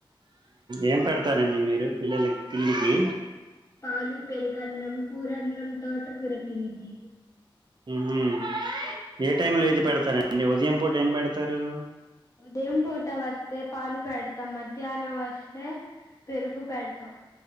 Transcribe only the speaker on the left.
పాలు పెరుగన్నం కూరన్నం తోట కూర తినిద్ది
ఉదయం పూట వస్తే పాలు పెడతాం మధ్యాహ్నం వస్తే పెరుగు పెడతాం